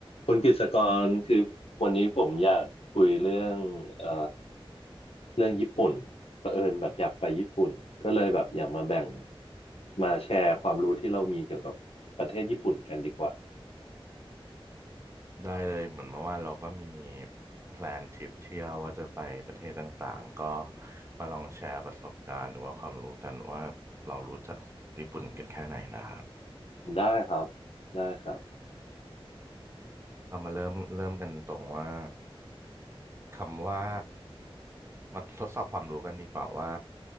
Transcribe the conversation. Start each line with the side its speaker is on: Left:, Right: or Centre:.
Left: คุณกฤษกรคือวันนี้ผมอยากคุยเรื่องเอ่อเรื่องญี่ปุ่นเผอิญแบบอยากไปญี่ปุ่นก็เลยแบบอยากมาแบ่งมาแชร์ความรู้ที่เรามีเกี่ยวกับประเทศญี่ปุ่นกันดีกว่า
Right: ได้เลยเหมือนเมื่อวานเราก็มีแพลนทริปเที่ยวว่าจะไปประเทศต่างๆก็มาลองแชร์ประสบการณ์หรือว่าความรู้กันว่าเรารู้จักญี่ปุ่นกันแค่ไหนนะครับ
Left: ได้ครับได้ครับ
Right: เรามาเริ่มเริ่มกันตรงว่าคำว่ามาทดสอบความรู้กันดีกว่าว่า